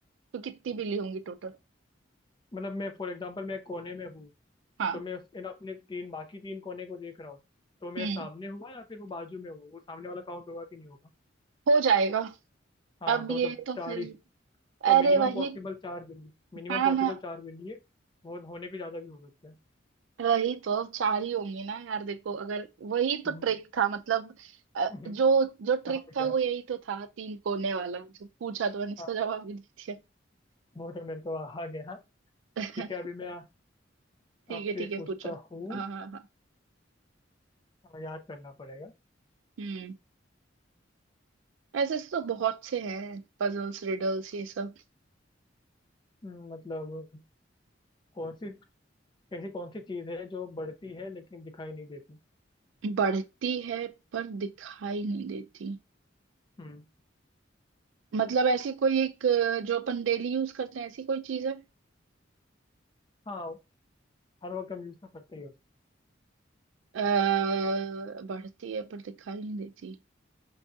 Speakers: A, on the right (about 80°); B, on the left (about 25°).
A: तो कितनी बिल्ली होंगी टोटल
B: मतलब मैं फॉर एग्जांपल मैं कोने में हूँ
A: हाँ
B: तो मैं उस इन अपने तीन बाकी तीन कोने को देख रहा हूँ तो मैं
A: हम्म
B: सामने हुआ या फिर वो बाजू में हुआ वो सामने वाला काउंट होगा कि नहीं होगा
A: हो जाएगा
B: हाँ
A: अब
B: तो
A: ये
B: मतलब
A: तो
B: चार
A: फिर
B: ही तो
A: अरे
B: मिनिमम
A: वही
B: पॉसिबल चार बिल्ली मिनिमम
A: हाँ
B: पॉसिबल
A: ना
B: चार बिल्ली है वो होने को ज़्यादा भी हो सकता है
A: वही तो चार ही होंगी ना यार देखो अगर वही तो
B: हम्म,
A: ट्रिक था मतलब अ,
B: हम्म,
A: जो जो ट्रिक
B: समझ
A: था
B: गया
A: वो यही तो था तीन कोने वाला जो पूछा तो मैंने इसका
B: हाँ
A: जवाब भी दे दिया
B: वो तो मेरे को आ गया हाँ,
A: <laughs>
B: ठीक है अभी मैं
A: ठीक
B: आपसे
A: है ठीक
B: एक
A: है
B: पूछता
A: पूछो
B: हूँ
A: हाँ हाँ हाँ
B: हाँ, याद करना पड़ेगा
A: हम्म ऐसे ऐसे तो बहुत से हैं पजल्स रिडल्स ये सब
B: हम्म, मतलब कौन सी ऐसी कौन सी चीज़ है जो बढ़ती है लेकिन दिखाई नहीं देती
A: बढ़ती है पर दिखाई नहीं देती
B: हम्म
A: मतलब ऐसी कोई एक अ, जो अपन डेली यूज करते हैं ऐसी कोई चीज है
B: हाँ हर वक्त हम यूज़ तो करते ही
A: अ, बढ़ती है पर दिखाई नहीं देती